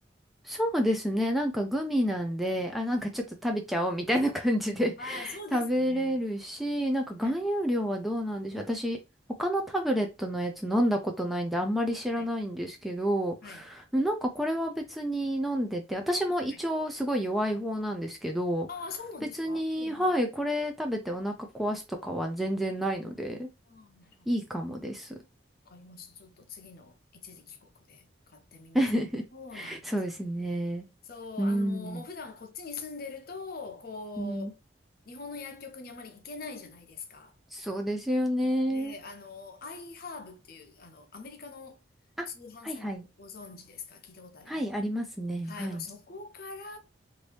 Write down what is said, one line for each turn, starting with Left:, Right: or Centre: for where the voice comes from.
Centre: そうですね。なんかグミなんで、あ、なんかちょっと食べちゃおうみたいな感じで
Left: な。はいああ、
Centre: <laughs>
Left: そうですね。
Centre: 食べれるし、なんか含有量はどうなんでしょう。
Left: はい。
Centre: 私、他のタブレットのやつ飲んだことないんであんまり知らないんですけど、
Left: はい。はい。
Centre: なんかこれは別に飲んでて、私も胃腸すごい弱い方なんですけど、
Left: はいああ、そうなんですかほうほう。
Centre: 別に、はい、これ食べてお腹壊すとかは全然ないので、
Left: ああー、なるほど。
Centre: いいかもです。
Left: わかりました。ちょっと次の一時帰国で買ってみます。
Centre: <laughs>
Left: そうなんですね。
Centre: そうですね。
Left: そう、
Centre: うん。
Left: あの、もう普段こっちに住んでると、こう、
Centre: うん。
Left: 日本の薬局にあまり行けないじゃないですか。
Centre: そうですよね。
Left: なので、あの、iHerb っていう、あの、アメリカの通販サイト、
Centre: あはいはい。
Left: ご存知ですか聞いたことあります。
Centre: はい、ありますね。
Left: はい、
Centre: はい。
Left: もうそこから、